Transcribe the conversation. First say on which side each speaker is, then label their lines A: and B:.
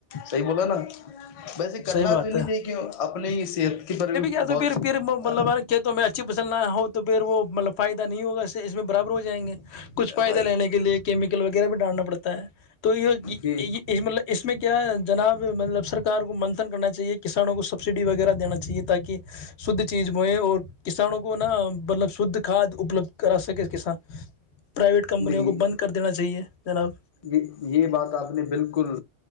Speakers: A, on the left (about 50°); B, on the left (about 70°).
A: صحیح بولا نا ہ <unintelligible> ویسے کرنا
B: صحیح بات
A: تو نہیں
B: ہے
A: چاہے کیوں اب پولیس حت کی پر بھی
B: تو
A: بہت
B: پھر پھر مطلب
A: ہاں
B: کہ تیں اچھی پسل نہ ہو تو پھر وہ مطلب فائدہ نہیں ہوگا اس میں برابر ہو جائیں گے کچھ فائدہ
A: بھائی
B: لینے کے لیے کیمیکل وغیرہ بھی ڈالنا پڑتا ہے تو یہ
A: جی
B: مطلب اس میں کیا جناب مطلب سرار کو منتن کرنا چاہیے کسانوں کو سبسڈی وغیرہ دین چاہیے چاہیے تاکہ شدھ چیز مئے اور کسانوں کو نا مطلب شدھ کھاد اپلبدھ کرا سکے کسان پرائیویٹ کمپنیوں
A: نہیں
B: کو بند کر دینا چاہیے جناب
A: یہ یہ بات آپ نے بالکل